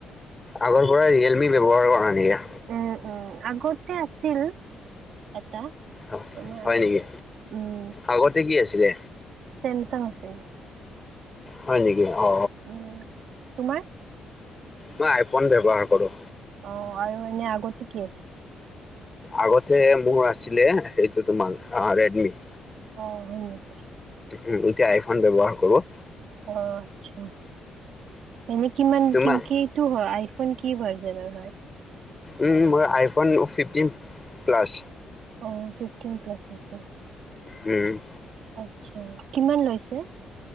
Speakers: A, on the left; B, on the right.
A: আগৰ পৰা ৰিয়েলমি ব্যৱহাৰ কৰা নেকি?
B: উম উম আগতে আছিল। এটা
A: অ
B: তোমাৰ
A: হয় নেকি,
B: উম
A: আগতে কি আছিলে?
B: চেমচাং আছিল।
A: হয় নেকি অ।
B: উম তোমাৰ?
A: মই আইফোন ব্যৱহাৰ কৰো।
B: অ আৰু এনে আগতে কি?
A: আগতে মোৰ আছিলে সেইটো তোমাৰ ৰেডমি।
B: অ হয় নেকি।
A: উম এতিয়া আইফন ব্যৱহাৰ কৰো।
B: অ আচ্ছা। এনেই কিমান
A: তোমাৰ
B: কিটো হয় আইফোন কি ভাৰ্জনৰ হয়।
A: উম মই আইফোন ফিফটিন প্লাছ।
B: অ ফিফটিন প্লাছ নেকি।
A: উম।
B: আচ্ছা কিমান লৈছে?